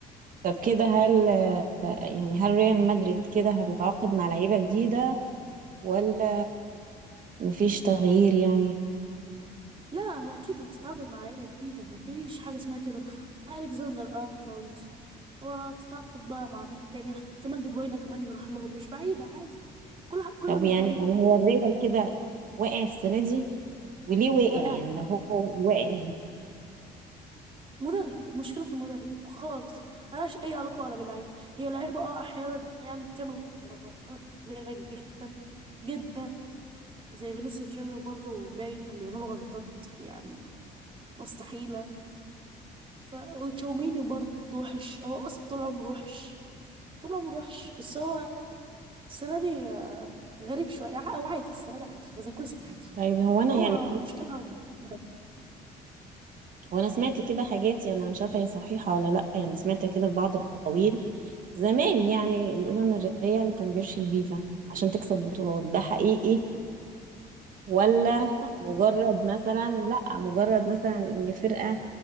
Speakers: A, on the right; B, on the right.
A: طب كده هل آه، يعني هل ريال مدريد كده هتتعاقد مع لعيبة جديدة ولا مفيش تغيير يعني
B: لا اكيد هتتعاقد مع لعيبه جديده ما فيش حاجه اسمها كده الكسندر ارنولد وهتتعاقد بقى مع مين تاني احتمال دي بروينا كمان يروح لهم مش بعيده عادي كل ح- كله
A: لو
B: مش
A: يعني
B: بعيد
A: يعني هو الريال كده واقع السنة دي وليه واقع
B: واقع
A: يعني لو هو واقع ليه
B: مدرب مشكله في المدرب خالص ملهاش اي علاقه ولا باللعيبه هي لعيبه اه احيانا يعني بتعمل غلطات كبيره جدا جدا زي فينيسيوس جونيور برضو ومبابي كان بيعملوا غلطات يعني مستحيله ف وتشاوميني برضو وحش هو اصلا طول عمره وحش طول عمره وحش بس هو السنة دي غريب شوية ع- هو عادي السنة دي عادي وزي كل سنة عادي
A: طيب هو انا يعني
B: هو مشكلة مدرب
A: وانا سمعت كده حاجات يعني انا مش عارفه هي صحيحه ولا لا يعني سمعت كده في بعض الاقاويل زمان يعني بيقولوا ان الريال كان بيرشي الفيفا عشان تكسب بطولات ده حقيقي ولا
B: ده حقيقي.
A: مجرد مثلا لا مجرد مثلا ان فرقه